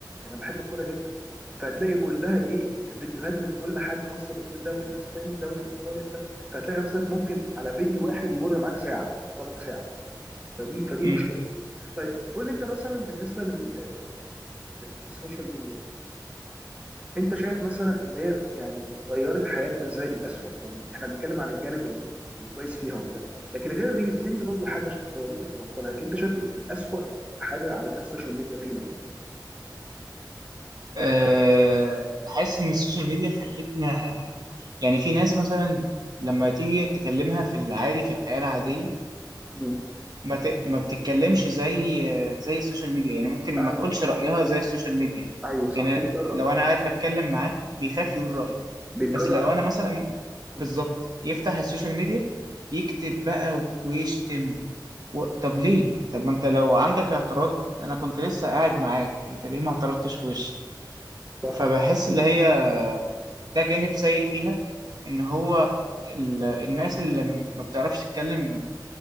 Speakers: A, on the right; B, on the right.
A: انا بحب الكوره جدا فهتلاقي كلها ايه فيديوهات من كل حاجه خاصه بالدوري الاسباني الدوري الايطالي بتاع فهتلاقي نفسك ممكن على فيديو واحد يجر معاك ساعه فرق ساعه فدي فدي
B: امم
A: مشكله طيب قول لي انت مثلا بالنسبه لل للسوشيال ميديا انت شايف مثلا اللي هي يعني غيرت حياتنا ازاي للأسوأ يعني احنا بنتكلم عن الجانب ال- الكويس فيها وبتاع لكن غير الريلز ريلز برضه حاجه شخصيه ممكن تبطلها لكن انت شايف ايه الأسوأ حاجه عملتها السوشيال ميديا فينا ايه؟
B: أه... بحس ان السوشيال ميديا خلتنا يعني في ناس مثلا لما تيجي تكلمها في العادي في الحياه العاديه
A: مم.
B: ما ت... ما بتتكلمش زي زي السوشيال ميديا يعني ممكن ما
A: اه
B: تقولش
A: صح
B: رايها زي السوشيال ميديا
A: ايوه صح
B: يعني
A: بيتجرأ
B: لو انا قاعد بتكلم معاه بيخاف يقول رايه
A: بيتجرأ
B: بس لو
A: على الناس.
B: انا مثلا بالظبط يفتح السوشيال ميديا يكتب بقى ويشتم و... طب ليه؟ طب ما انت لو عندك اعتراض انا كنت لسه قاعد معاك انت ليه ما اعترضتش في وشي؟
A: صح
B: فبحس اللي هي ده جانب سيء فيها ان هو ال... الناس اللي م- ما بتعرفش تتكلم